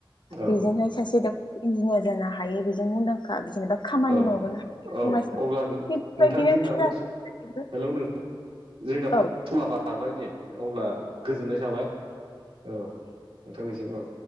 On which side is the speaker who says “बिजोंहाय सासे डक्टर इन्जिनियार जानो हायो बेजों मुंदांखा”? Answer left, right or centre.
Left